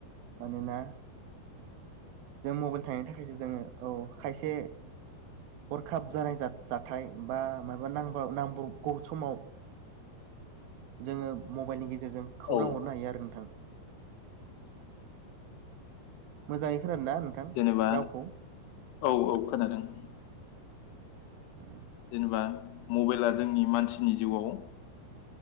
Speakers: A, on the right (about 70°); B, on the left (about 90°).
A: मानोना जों मबाइल थांनो थाखायसो जोङो औ। खायसे हरखाब जानाय जा-जाथाय बा माबा नांब नांबावगौ समाव जोङो मबाइलनि गेजेरजों खौरां
B: उम
A: हरनो हायो आरो नोंथां । मोजाङै खोनादों ना नोंथां
B: जेनेबा
A: रावखौ
B: औ औ खोनादों ।
A: ओम।
B: जेनेबा मबाइला जोंनि मानसिनि जिउआव